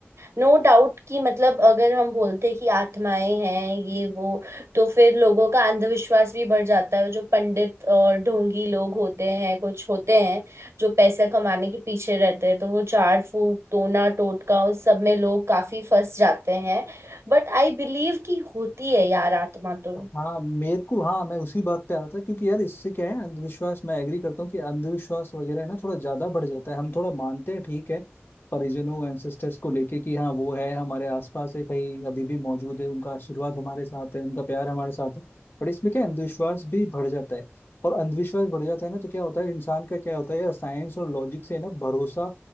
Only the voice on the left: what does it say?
हाँ मेरे को हाँ मैं उसी बात पे आ रहा था क्योंकि यार इससे क्या है अंधविश्वास मैं एग्री करता हूँ कि अंधविश्वास वगैरह है ना थोड़ा ज्यादा बढ़ जाता है हम थोड़ा मानते हैं ठीक है परिजनों एंसेस्टर्स को लेके कि हाँ वो है हमारे आसपास है कहीं अभी भी मौजूद है उनका आशीर्वाद हमारे साथ है उनका प्यार हमारे साथ है पर इसमें क्या है, अंधविश्वास भी बढ़ जाता है और अंधविश्वास बढ़ जाता है ना तो क्या होता है इंसान का क्या होता है यार साइंस और लॉजिक से ना भरोसा